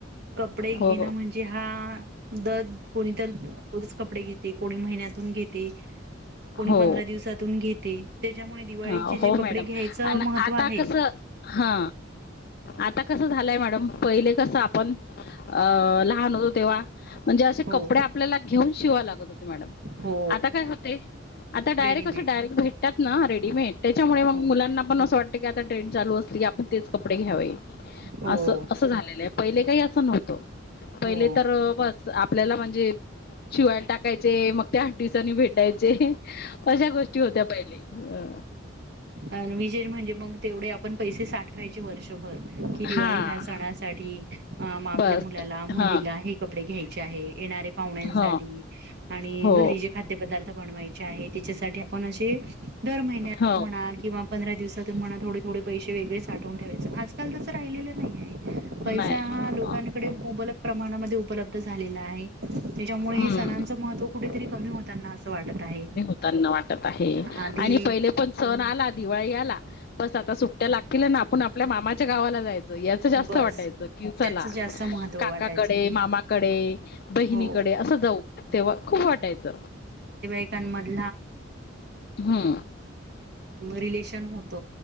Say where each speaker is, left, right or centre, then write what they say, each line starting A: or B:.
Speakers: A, on the right (about 60°); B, on the left (about 50°).
A: कपडे घेणं
B: हो
A: म्हणजे हा दर कोणीत रोज कपडे घेते कोणी महिन्यातून घेते कोणी
B: हो
A: पंधरा दिवसातून घेते त्याच्यामुळे दिवाळीचे
B: हा
A: जे
B: हो
A: कपडे
B: मॅडम
A: घ्यायचं
B: आणि
A: महत्त्व
B: आता
A: आहे.
B: कस हा आता कसं झालंय मॅडम पहिले कसं आपण अ लहान होतो तेव्हा म्हणजे असे
A: हो
B: कपडे आपल्याला घेऊन शिवाय लागत होते मॅडम
A: हो
B: आता काय होते आता डायरेक्ट
A: रेडीमेड
B: असे डायरेक्ट भेटतात ना रे त्याच्यामुळे म
A: हो
B: मुलांना पण अस वाटत की आता ट्रेड चालू असली की आपण तेच कपडे घ्यावे झा
A: हो
B: प का अस नत प
A: हो
B: आपल्याला म्हणजे शिवायला टाकायचे मग त्या आठ दिवसांनी भेटायचे अशा गोष्टी होत्या पहिले अ
A: अ विजेज म्हणजे मग तेवढे आपण पैसे साठवायचे वर्षभर कि
B: हा
A: दिवाळी ह्या सणासाठी आपल्या
B: बस
A: मुलाला मुलीला
B: हा
A: हे कपडे घ्यायचे आहे येणारे पाहुण्यांसाठी
B: ह
A: आणि
B: हो
A: घरी जे खाद्यपदार्थ बनवायचे आहेत त्याच्यासाठी आपण असे दर महिन्या
B: हो
A: म्हणा किंवा पंधरा दिवसातून मणा थोडे थोडे पैसे वेगळे साठवून ठेवायचं आजकाल त तरं राहिलेलं नाही आहे पैसा
B: नाही
A: हा लोकांकडे
B: ह
A: मुबलक प्रमाणामध्ये उपलब्ध झालेला आहे त्याच्यामुळे
B: हम्म
A: हे सणांचं महत्त्व कुठेतरी कमी होतना असं वाटत आहे
B: त्यांना वाटत आहे
A: आधी
B: आणि पहिले पण सण आला दिवाळी आला बस आता सुट्ट्या लागतील ना आपण आपल्या मामाच्या गावाला जायचं याच जास्त
A: बस
B: वाटायचं कि चला
A: त्याच जास्त महत्त्व
B: काकाकडे
A: वाटायचं
B: मामाकडे बहिणीकडे
A: हो
B: असं जाऊ तेव्हा खूप वाटायचं
A: एकेकध
B: हम्म
A: जशनत